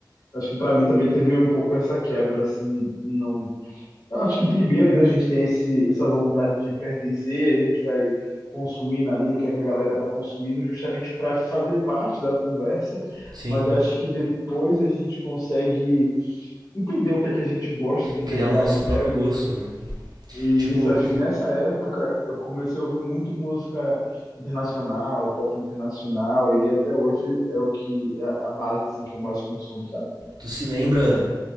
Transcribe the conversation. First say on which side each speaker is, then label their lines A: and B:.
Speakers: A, on the left; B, on the right.
A: Acho que pra mim também teve um pouco essa quebra, assim, não... Eu acho que primeiro, né, a gente tem esse, essa vontade de pertencer, a gente vai consumindo ali o que é que a galera tá consumindo justamente para fazer parte da conversa,
B: Sim,
A: mas eu acho que depois a gente consegue entender o que é que a gente gosta de verdade,
B: criar o nosso próprio
A: né? Mesmo
B: gosto, né?
A: E
B: Tipo,
A: isso, acho que nessa época eu comecei a ouvir muito música internacional, pop internacional, e aí até hoje é o que é a base assim que eu mais consumo, sabe?
B: tu se lembra